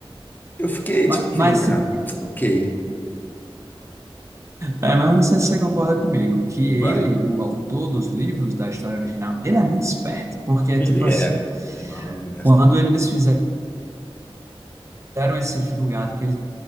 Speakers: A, on the left; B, on the right.
A: eu fiquei
B: ma-
A: tipo assim,
B: mas, se-
A: ah, ok,
B: é, mas não sei se você concorda comigo, que ele,
A: vai.
B: o autor dos livros da história original, ele é muito esperto, porque é
A: Ele
B: tipo
A: é,
B: assim,
A: pô. Ele é malandro,
B: quando eles fizeram deram esse divulgado que eles